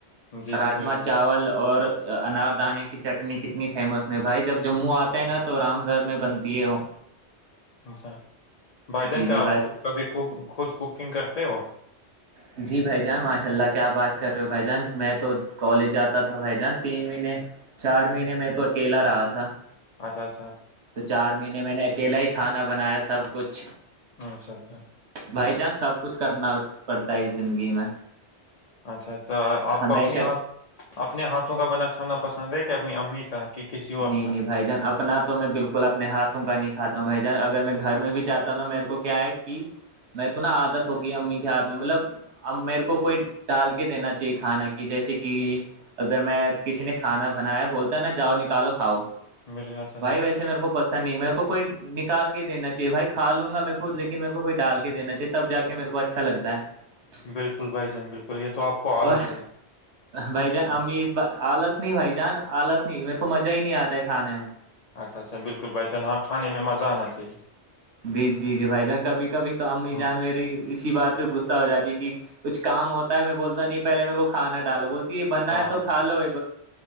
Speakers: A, on the left; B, on the right.
A: جی
B: راجما
A: جی بالکل
B: چاول اور اناردانے کی چٹنی کتنی فیمس میں بھائی جب جموں آتا ہے نا تو رام گھر میں بنتی ہے ہو
A: اچھا بھائی جان
B: جی
A: کیا
B: جی بھائی
A: آپ کو کبھی خ خود کوکنگ کرتے ہو
B: ج <inaudible> جی بھائی جان ماشاء اللہ کیا بات کر رہے ہو بھائی جان میں تو کالج جاتا تھا بھائی جان تین مہینے چار مہینے میں تو اکیلا رہا تھا
A: اچھا اچھا
B: تو چار مہینے میں نے اکیلا ہی کھانا بنایا سب کچھ
A: اچھا اچھا
B: بھائی چانس سب کچھ کرنا پڑتا ہے اس زندگی میں
A: اچھا اچھا آپ
B: ہمیشہ
A: کو اپنےاتھ اپنے ہاتھوں کا بنا کھانا پسند ہے کہ اپنی امی کا کہ کسی اور
B: نہیں
A: کا
B: نہیں بھائی جان اپنا تو میں بالکل کل اپنے ہاتھوں کا نہیں کھاتا ہوں بھائی جان اگر میں گھر میں بھی جاتا ہوںا میرے کو کیا ہے کہ میرے کو نا عادت ہوگئی امی کے ہاتھ میں مطلب اب میرے کو کوئی ڈال کے دینا چاہیے کھانا کی جیسے کہ اگر میں کسی نے کھانا بنایا بولتا ہے نا جاؤ نکالو کھاؤ
A: بالکل اچھا اچھا
B: بھائی ویسے میرے کو پسند نہیں ہے میرے کو کوئی نکال کے دا چاہیے بھائی کا لوں گا میں خود لیکن میرے کو ڈال کے دینا چاہے تب جا کے میرے کو اچھا لگتا ہے جی
A: بالکل بھائی جان بالکل یہ تو آپ کو آلس
B: اور
A: ہے
B: بھائی جان امی اس بار آلس نہیں بھائی جان آلس نہیں میرے کو مزہ ہی نہیں آتا ہے کھانے میں
A: اچھا اچھا بالکل بھائیان ہاں کانے میں مزہ آنا چاہے
B: بھی جی جی بھائی جان کبھی کبھی تو امی جان
A: ہم-
B: میری اسی بات پہ غصہ ہو جاتی کہ کچھ کام ہوتا ہے میں بولتا نہیں پہلے میرے کو کھانا ڈال بولتا بننا
A: ہاں
B: ہے تو کھا لو یہ